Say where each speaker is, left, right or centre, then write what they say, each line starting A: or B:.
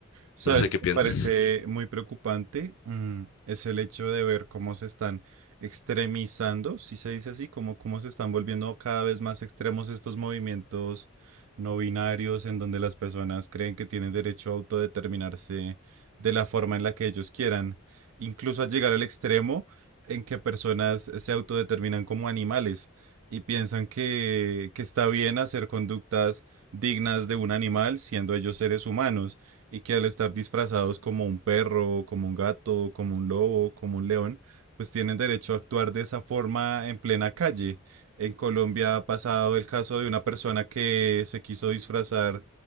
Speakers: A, on the right; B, on the left.
A: ¿Sabes
B: No sé qué
A: qué
B: piensas.
A: me parece muy preocupante? Mm, es el hecho de ver cómo se están extremizando, si se dice así, como cómo se están volviendo cada vez más extremos estos movimientos no binarios en donde las personas creen que tienen derecho a autodeterminarse de la forma en la que ellos quieran, incluso a llegar al extremo en que personas se autodeterminan como animales y piensan que, que está bien hacer conductas dignas de un animal siendo ellos seres humanos y que al estar disfrazados como un perro, como un gato, como un lobo, como un león, pues tienen derecho a actuar de esa forma en plena calle. En Colombia ha pasado el caso de una persona que se quiso disfrazar